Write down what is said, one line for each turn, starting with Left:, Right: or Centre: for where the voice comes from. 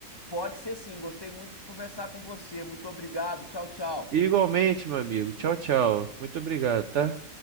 Left: Pode ser sim. Gostei muito de conversar com você. Muito obrigado. Tchau, tchau.
Right: Igualmente, meu amigo. Tchau, tchau. Muito obrigado, tá?